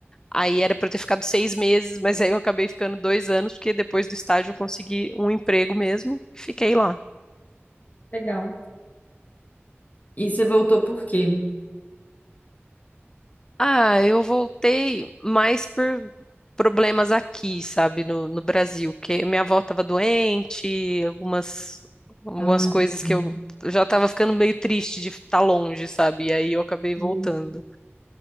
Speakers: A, on the left; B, on the left.
A: Aí era para eu ter ficado seis meses, mas aí eu acabei ficando dois anos, porque depois do estágio eu consegui um emprego mesmo e fiquei lá.
B: Legal. E você voltou por quê?
A: Ah, eu voltei mais por problemas aqui, sabe, no, no Brasil, porque minha avó estava doente, algumas, algumas
B: Ah, entendi.
A: coisas que eu já estava ficando meio triste de estar longe, sabe? E aí eu acabei voltando.
B: Entendi.